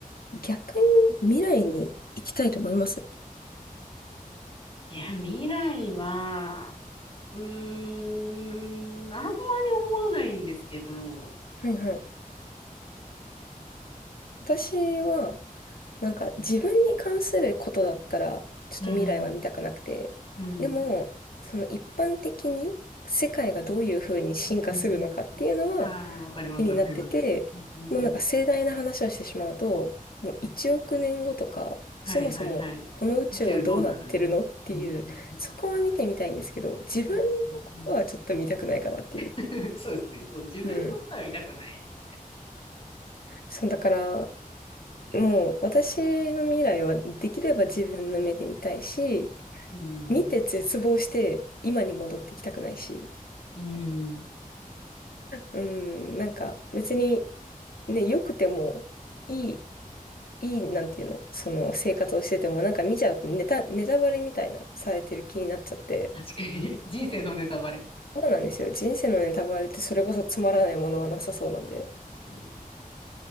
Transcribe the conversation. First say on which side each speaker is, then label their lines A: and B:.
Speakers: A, on the left (about 85°); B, on the left (about 35°).
A: 逆に未来に行きたいと思います。
B: いや、未来は、うーん、あんまり思わないんですけど、
A: はいはい。私は、なんか自分に関することだったら、ちょっと未来は見たくなくて。
B: うん、うん、
A: でも、
B: うん、
A: その一般的に世界がどういうふうに進化するのかっていうのは
B: うん、ああ、わかります、
A: 気になってて、
B: わかります。うん、うん、
A: もうなんか盛大な話をしてしまうと、
B: うん
A: もう1億年後とか、
B: はいはいはい。
A: そもそもこの宇宙はどうなってるのっていう、
B: 宇宙どうなるうんうんうん
A: そこは見てみたいんですけど、自分のことはちょっと見たくないかなっていう。
B: うんうんうん <laughs> そうですね。そう、自分のことは見たくないです。
A: うん。そう、だから、もう私の未来はできれば自分の目で見たいし、
B: うん。
A: 見て絶望して、今に戻ってきたくないし、
B: うん。
A: うん、なんか別に、ね、良くても、いい、いい、なんていうの、その生活をしてても、なんか見ちゃうとネタ、ネタバレみたいな、されてる気になっちゃって、
B: 確かに。<laughs> 人生のネタバレ。
A: そうなんですよ。人生のネタバレってそれこそつまらないものはなさそうなんで。
B: 確かに。